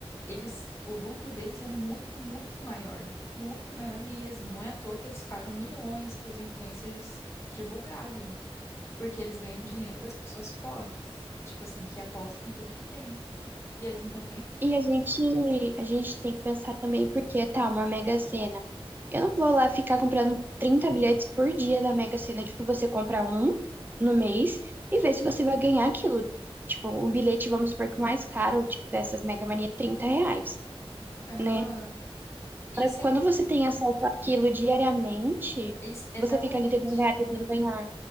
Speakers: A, on the left (about 25°); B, on the right (about 20°).
A: eles, o lucro deles é muito, muito maior. Muito maior mesmo. Não é à toa que eles pagam milhões para os influencers divulgarem, porque eles ganham dinheiro das pessoas pobres, tipo assim, que apostam tudo que tem. E eles não estão nem aí.
B: E a gente, a gente tem que pensar também, porque tá, uma mega sena Eu não vou lá ficar comprando 30 bilhetes por dia da Mega Sena. Tipo, você compra um no mês e vê se você vai ganhar aquilo. Tipo, um bilhete, vamos supor que o mais caro, tipo, dessas Mega Mania, é 30 reais,
A: Aham.
B: né?
A: E
B: Pra
A: sem
B: Quando
A: contar.
B: você tem acesso àquilo diariamente,
A: Isso, exatamente.
B: você fica ali tentando ganhar, tentando ganhar.